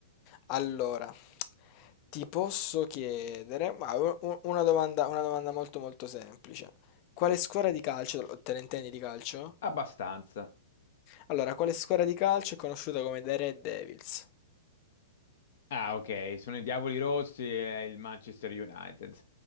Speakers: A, on the left; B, on the left.
A: Allora, ti posso chiedere, ma u- u- una domanda, una domanda molto molto semplice. Quale squadra di calcio, te ne intendi di calcio?
B: abbastanza.
A: Allora, quale squadra di calcio è conosciuta come The Red Devils?
B: Ah, ok, sono i Diavoli Rossi e il Manchester United.